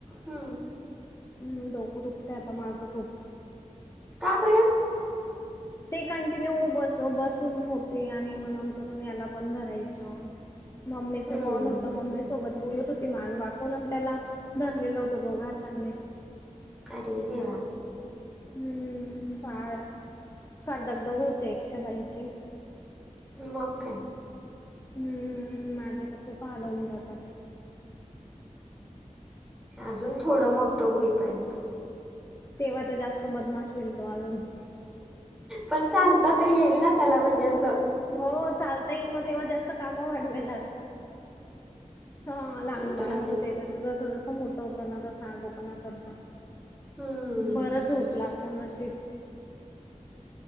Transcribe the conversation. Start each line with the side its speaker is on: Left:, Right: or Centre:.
Centre: हम्म.
Left: हम्म डोकं दुखतय आता माझं खूप.
Centre: का बर?
Left: ते कंटिन्यू बसं बसूंन होते आणि म्हनूंन तरूंन यांला पणं धरायचं मम्मीच
Centre: हम्म
Left: कॉल होतां मम्मी सोबतं बोलतं होती मांन वाकूंन आणि त्यांला धरलेलं होतं दोघं हातांनी
Centre: अरे देवां
Left: हम्मं फांर फांर दगधग होते एकट्यां बाईची
Centre: मंग कायं
Left: हम्मं माझे तरं खूंप हालहूंन जातांत
Centre: अजूंन थोडं मोठं होईपर्यंत
Left: तेव्हां तरं जास्तं बदमांश होईल तो अजूंन
Centre: पणं चालतां तरी येईल नां त्यांला म्हणजे असं
Left: हो चालतां येईल मंग तेव्हां जास्तं कामं वाढवेलांत हां लहांन
Centre: ते तर
Left: बाळांचं
Centre: आहे
Left: तेचं जसं जसं मोठं होतं नां तसं आगोपणां करतां
Centre: हम्म
Left: बरं झोपलां तो नशीब